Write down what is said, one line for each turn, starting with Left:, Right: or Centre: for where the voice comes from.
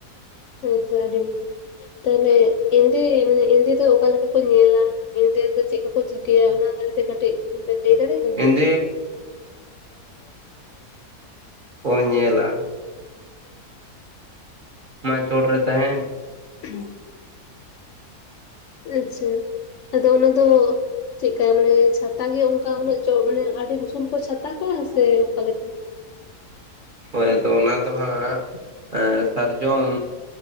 Left: ᱦᱮᱛᱚ ᱟᱹᱰᱤ ᱱᱟᱯᱟᱭ᱾ ᱛᱟᱦᱚᱞᱮ ᱤᱱᱫᱤ ᱢᱟᱱᱮ ᱤᱱᱫᱤ ᱫᱚ ᱚᱠᱟ ᱞᱮᱠᱟ ᱠᱚ ᱧᱮᱞᱟ? ᱮᱱᱫᱮ ᱫᱚ ᱪᱮᱫ ᱠᱚᱠᱚ ᱪᱤᱠᱟᱹᱭᱟ ᱚᱱᱟ ᱵᱟᱨᱮᱛᱮ ᱠᱟᱹᱴᱤᱡ ᱵᱮᱱ ᱞᱟᱹᱭ ᱫᱟᱲᱮᱭᱟᱧᱤ
Right: <unintelligible> ᱠᱚ ᱮᱱᱮᱡᱟ ᱢᱟ ᱪᱚᱴ ᱨᱮ ᱛᱟᱦᱮᱱ
Left: <inaudible> ᱟᱪᱪᱷᱟ ᱟᱫᱚ ᱚᱱᱟ ᱫᱚ ᱪᱮᱠᱟ ᱢᱟᱱᱮ ᱪᱷᱟᱛᱟ ᱜᱮ ᱚᱝᱠᱟ ᱩᱱᱟᱹᱜ ᱪᱚ ᱢᱟᱱᱮ ᱟᱹᱰᱤ ᱩᱥᱩᱞ ᱠᱚ ᱪᱷᱟᱛᱟ ᱠᱟᱜᱼᱟ ᱥᱮ ᱚᱠᱟ ᱞᱮᱠᱟ?
Right: ᱦᱳᱭ ᱟᱫᱚ ᱚᱱᱟ ᱫᱚ ᱦᱟᱸᱜ ᱥᱟᱨᱡᱚᱢ